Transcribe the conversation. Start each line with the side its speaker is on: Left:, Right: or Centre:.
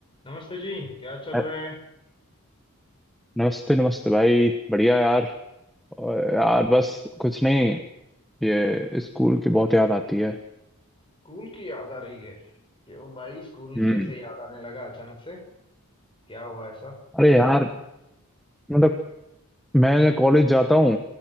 Left: नमस्ते जी क्या चल
Centre: अ-
Left: रहा है
Centre: नमस्ते नमस्ते भाई बढ़िया यार और यार बस कुछ नहीं ये स्कूल की बहुत याद आती है
Left: स्कूल की याद आ रही है क्यों भाई स्कूल
Centre: हम्म
Left: कैसे याद आने लगा अचानक से क्या हुआ ऐसा
Centre: अरे यार मतलब मैं कॉलेज जाता हूँ